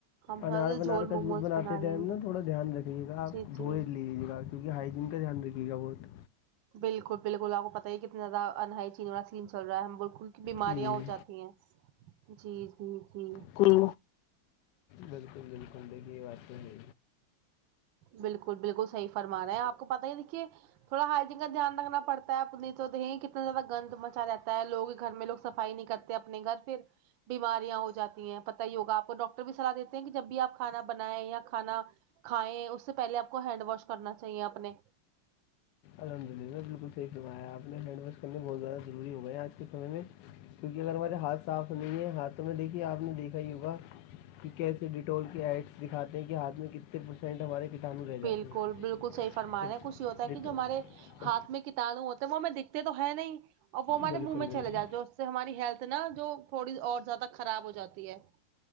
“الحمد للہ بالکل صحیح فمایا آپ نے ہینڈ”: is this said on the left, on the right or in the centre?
Left